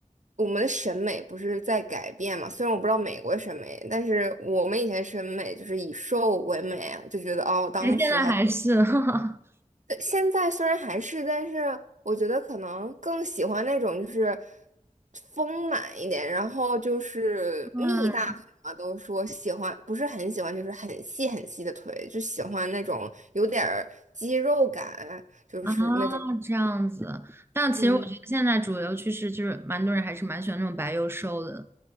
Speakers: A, on the right; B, on the right.
A: 我们的审美不是在改变嘛，虽然我不知道美国审美，但是我们以前审美就是以瘦为美，我就觉得哦，当时还。
B: 其实现在还是，<laughs> 哈哈，
A: 对现在虽然还是，但是我觉得可能更喜欢那种就是丰满一点，然后就是蜜大腿嘛，
B: 嗯
A: 都说喜欢，不是很喜欢，就是很细很细的腿，就喜欢那种有点儿肌肉感，就是那种，
B: 啊，这样子。但其实我觉得现在主流趋势就是，
A: 嗯
B: 蛮多人还是蛮喜欢那种白又瘦的。